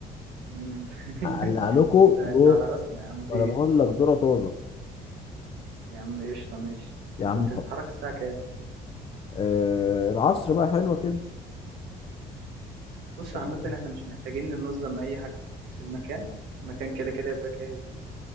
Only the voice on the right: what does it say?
مم. <laughs>
انت انت
على راسنا يا عم في
ايه
يا عم قشطة ماشي
طب
وانت
هتتحرك الساعة كام
بص
عامة
احنا مش محتاجين ننظم اي حاجة في المكان المكان كده كده يبقى جاهز يعني